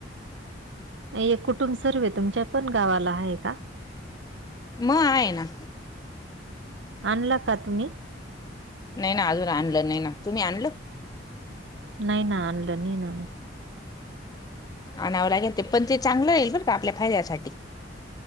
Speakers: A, on the right (about 70°); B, on the left (about 20°).
A: ये कुटुंब सर्वे तुमच्या पण गावाला आहे का?
B: म आहे ना.
A: आणला का तुम्ही?
B: नई ना अजून आणलं नाही ना. तुम्ही आणलं?
A: नाही ना आणलं नाही ना.
B: आणावं लागेल ते पण ते चांगलं ये बर का आपल्या फायद्यासाठी.